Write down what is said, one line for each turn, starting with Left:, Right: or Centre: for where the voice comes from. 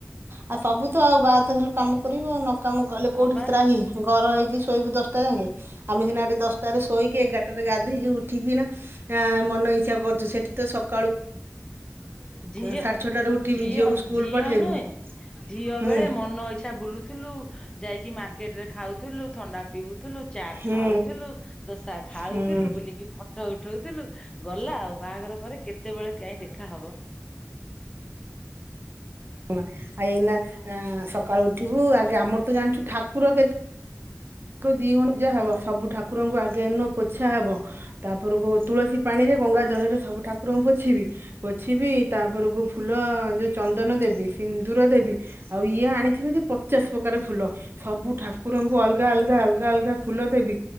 Right: ଆଉ ସବୁ ଆଉ ବାହାତ ତ ହେଲୁ କାମ କରିବ ନ କାମ କଲେ
Left: ହଁ
Right: କୋଉଠି
Left: ବା
Right: ତ୍ରାହି ଘର ହେଇଛି ଶୋଇବୁ ଦଶ ଟା ଜାଙ୍କେ। ଆମେ ସିନା ଏଠି ଦଶଟାରେ ଶୋ ଶୋଇକି ଏଗାରଟରେ ଗାଧେଇକି ଉଠିକି ନା ଆଁ ମନ ଇଛା କରୁଛୁ ସେଠି ତ ସକ
Left: ଝିଅ
Right: ସାଢେ ଛଅଟାରୁ ଉଠିବି
Left: ଝିଅ
Right: ଝିଅକୁ ସ୍କୁଲ
Left: ଝିଅ
Right: ପଠେଇବି
Left: ନୁହେଁ ଝିଅ
Right: ହୁଁ
Left: ବେଳେ ମନ ଇଚ୍ଛା ବୁଲୁଥୁଲୁ ଯାଇକି ମାର୍କେଟରେ ଖାଉଥୁଲୁ ଥଣ୍ଡା ପିଉଥୁଲୁ ଚାଟ
Right: ହୁଁ
Left: ଖାଉଥୁଲୁ ଦୋସା ଖାଉଥୁଲୁ
Right: ହୁଁ
Left: ବୁଲିକି ଫ ଫଟ ଉଠୋଉଥିଲୁ ଗଲା ଆଉ ବାହାଘର ପରେ କେତେବେଳେ କାଇଁ ଦେଖା ହବ।
Right: ନାଁ ଆଉ ଏଇନା ସ ସକାଳୁ ଉଠିବୁ ଆଗେ ଆମର ତ ଜାଣିଛୁ ଠାକୁର କେତେ ଦୁଇ ଘଣ୍ଟା ପୂଜା ହେବ ସବୁ ଠାକୁରଙ୍କୁ ଆଗେ ନ ପୋଛା ହେବ ତାପରକୁ ତୁଳସୀ ପାଣିରେ ଗଙ୍ଗା ଜଳରେ ସବୁ ଠାକୁରଙ୍କୁ ପୋଛିବି ପୋଛିବି ତାପରକୁ ଫୁଲ ଯେଉଁ ଚନ୍ଦନ ଦେବି। ସିନ୍ଦୁର ଦେବି ଆଉ ଇଏ ଆଣିଥିବେ ଯେ ପଚାଶ ପ୍ରକାର ଫୁଲ ସବୁ ଠାକୁରଙ୍କୁ ଅଲଗା ଅଲଗା ଅଲଗା ଅଲଗା ଫୁଲ ଦେବି